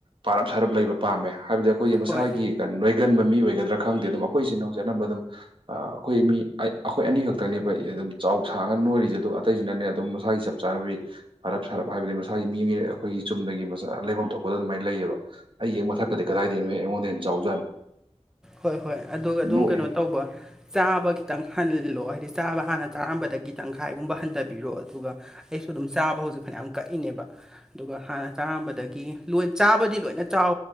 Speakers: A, on the right (about 50°); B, in the centre.
A: ꯄꯥꯔꯞ ꯁꯥꯔꯞ ꯂꯩꯕ ꯄꯥꯝꯃꯦ ꯍꯥꯏꯕꯗꯤ ꯑꯩꯈꯣꯏꯒꯤ ꯃꯁꯥꯒꯤ
B: ꯍꯣꯏ
A: ꯀꯩꯅꯣ ꯒꯟꯕ ꯃꯤ ꯑꯣꯏꯒꯗ꯭ꯔꯥ ꯈꯪꯗꯦ ꯑꯗꯨꯝ ꯑꯩꯈꯣꯏꯆꯤꯅꯥꯎꯁꯦ ꯑꯅꯝꯕ ꯑꯗꯨꯝ ꯑ ꯑꯩꯈꯣꯏ ꯃꯤ ꯑꯩꯈꯣꯏ ꯑꯅꯤ ꯈꯛꯇꯅꯦꯕ ꯑꯗꯨꯝ ꯆꯥꯎ ꯁꯥꯡꯉ ꯅꯣꯏꯔꯤꯁꯦ ꯑꯗꯨꯒ ꯑꯇꯩꯁꯤꯅꯅꯦ ꯑꯗꯨꯝ ꯃꯁꯥꯒꯤ ꯆꯞ ꯆꯥꯅꯕꯤ ꯐꯔꯞ ꯁꯥꯔꯞ ꯍꯥꯏꯕꯗꯤ ꯃꯁꯥꯒꯤ ꯃꯤ ꯑꯩꯈꯣꯏꯒꯤ ꯆꯨꯝꯅꯒꯤ ꯃꯁ ꯂꯩꯐꯝ ꯊꯣꯛꯄꯗ ꯑꯗꯨꯃꯥꯏꯅ ꯂꯩꯌꯦꯕ ꯑꯩꯒꯤ ꯃꯊꯛ ꯀꯩ ꯀꯗꯥꯏꯗꯒꯤꯅꯣ ꯑꯩꯉꯣꯟꯗ ꯍ ꯌꯥꯝ ꯆꯥꯎꯖꯥꯠꯅꯤ
B: ꯍꯣꯏ ꯍꯣꯏ ꯑꯗꯨꯒ ꯑꯗꯨꯝ
A: ꯅꯣꯏ
B: ꯀꯩꯅꯣ ꯇꯧꯕ ꯆꯥꯕ ꯈꯤꯇꯪ ꯍꯜꯂꯣ ꯍꯥꯏꯗꯤ ꯆꯥꯕ ꯍꯥꯟꯅ ꯆꯥꯔꯝꯕꯗꯒꯤ ꯇꯪꯈꯥꯏꯒꯨꯝꯕ ꯍꯟꯊꯕꯤꯔꯣ ꯑꯗꯨꯒ ꯑꯩꯁꯨ ꯑꯗꯨꯝ ꯆꯥꯕ ꯍꯧꯖꯤꯛ ꯐꯅꯌꯥꯝ ꯀꯛꯏꯅꯦꯕ ꯑꯗꯨꯒ ꯍꯥꯟꯅ ꯆꯥꯔꯝꯕꯗꯒꯤ ꯂꯣꯏ ꯆꯥꯕꯗꯤ ꯂꯣꯏꯅ ꯆꯥꯎ